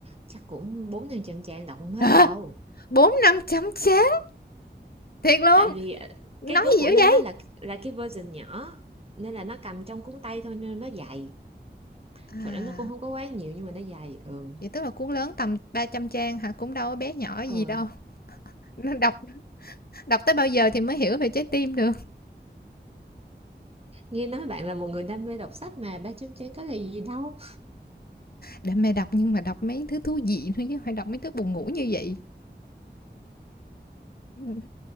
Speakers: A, on the right (about 35°); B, on the left (about 60°).
A: chắc cũng bốn năm trăm trang đọc không hết
B: Đó,
A: đâu
B: 4-5 chấm chết, thiệt luôn,
A: tại vì ờ,
B: nói
A: cái cuốn
B: gì
A: Ngụy
B: dữ
A: Linh
B: vậy?
A: đó là là cái version nhỏ nên là nó cầm trong cuốn tay thôi nên nó dài
B: À,
A: thật ra nó cũng không có quá nhiều nhưng mà nó dài ừ
B: vậy tức là cuốn lớn tầm 300 trang hả? Cũng đâu có bé nhỏ gì
A: ờ
B: đâu, nên đọc đọc tới bao giờ thì mới hiểu về trái tim được?
A: nghe nói bạn là một người đam mê đọc sách mà ba chấm chén có là gì đâu
B: để mẹ đọc nhưng mà đọc mấy thứ thú vị thôi chứ hông phải đọc mấy thứ buồn ngủ như vậy. <laughs> ở